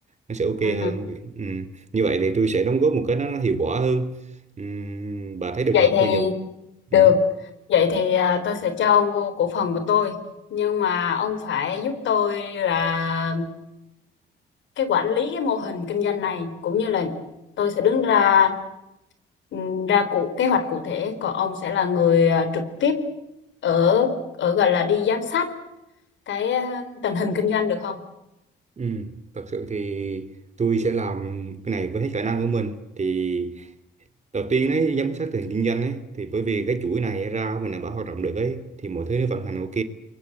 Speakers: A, on the right; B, on the left.
A: nó sẽ ok
B: ừ.
A: hơn ừ. như vậy thì tôi sẽ đóng góp một cái nó hiệu quả hơn ừ. bà thấy được
B: vậy
A: không
B: thì
A: bây giờ
B: được
A: ừ.
B: vậy thì à, tôi sẽ cho ông vô cổ phần của tôi nhưng mà ông phải giúp tôi là cái quản lý cái mô hình kinh doanh này cũng như là tôi sẽ đứng ra ừm, ra cụ kế hoạch cụ thể còn ông sẽ là người à, trực tiếp ở ở gọi là đi giám sát cái à, tình hình kinh doanh được không?
A: Ừ. thật sự thì tôi sẽ làm cái này với hết khả năng của mình thì đầu tiên ấy giám sát tình hình kinh doanh ấy thì bởi vì cái chuỗi này ra mình đảm bảo hoạt động được ấy thì mọi thứ nó vận hành ok